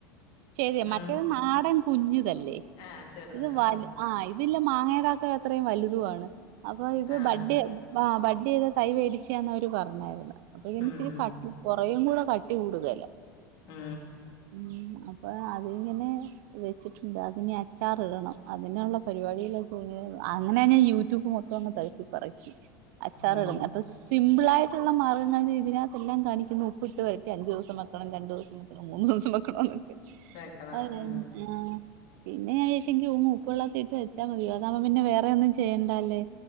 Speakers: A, on the right; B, on the left.
A: ശെരിയാ
B: ഉം
A: മറ്റേത് നാടൻ കുഞ്ഞുത ല്ലേ
B: ആഹ് ചെറുത്
A: ഇത് വല്
B: ഉം
A: ആ ഇതില്ല മാങ്ങേടാക്കത്ര വലുതു ആണ് അപ്പൊ ഇത്
B: ആഹ്
A: ബഡേ ആ ബഡ് ചെയ്ത് തൈ വേടിച്ചണവരും പറഞ്ഞായിരുന്നു അപ്പൊ ഇതിന്
B: ഉം
A: ഇച്ചിരി
B: ഉം
A: കട്ടി കൊറേയും കൂടെ കട്ടി കൂടുതല
B: ആ
A: ഉ അപ്പൊ അതിങ്ങനെ വെച്ചിട്ടുണ്ട് അതിനി അച്ചാർ ഇടണം അതിനുള്ള പരിപാടിയിലൊക്കെ <unintelligible> അങ്ങനെതന്നെ യൂട്യൂബ് മൊത്തം <unintelligible> അച്ചാറ്
B: ഉം
A: <unintelligible> സിമ്പിളായി ള്ള മാർഗ്ഗങ്ങൾ ഇതിനകത്ത് എല്ലാം കാണിക്കുന്നത് ഉപ്പിട്ട് പെരട്ടി അഞ്ചുസം വെക്കണം രണ്ടുസം വെക്കണം മൂന്നൂസം വെക്കണന്ന്
B: വെക്കണം
A: അതെ
B: ഉം
A: ആ പിന്നെ ഞാൻ വിചാരിച്ചെങ്കി ഒന്ന് ഉപ്പു വെള്ളത്തി ഇട്ട് വെച്ചാമതി അതാവുമ്പോ പിന്നെ വേറെ ഒന്നും ചെയ്യണ്ടാലെ